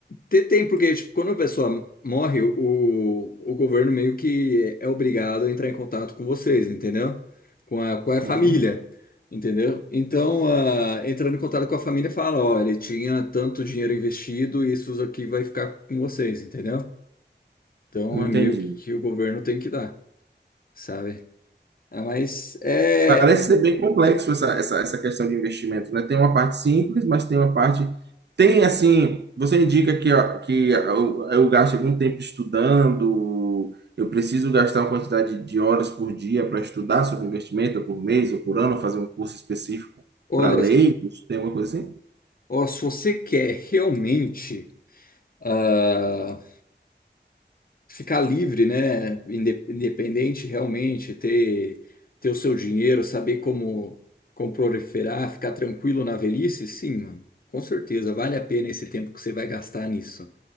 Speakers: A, on the left; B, on the right.
A: Te- Tem, porque tipo, quando a pessoa morre, o, o governo meio que é obrigado a entrar em contato com vocês, entendeu? Com a, com a família,
B: Uhum,
A: entendeu? Então, ah, entrando em contato com a família, fala, ó, ele tinha tanto dinheiro investido e isso aqui vai ficar com vocês, entendeu? Então,
B: entendi.
A: é meio que, que o governo tem que dar, sabe? Ah, mas, é,
B: Parece
A: é-
B: ser bem complexo essa, essa, essa questão de investimento, né? Tem uma parte simples, mas tem uma parte. Tem, assim, você indica que, ó, que eu, eu gasto algum tempo estudando, eu preciso gastar uma quantidade de horas por dia para estudar sobre investimento, ou por mês, ou por ano, fazer um curso específico
A: olha,
B: para leigos, tem alguma coisa assim?
A: ó, se você quer realmente... ah, ficar livre, né? inde- Independente realmente, ter, ter o seu dinheiro, saber como, como proliferar, ficar tranquilo na velhice, sim, mano. Com certeza, vale a pena esse tempo que você vai gastar nisso,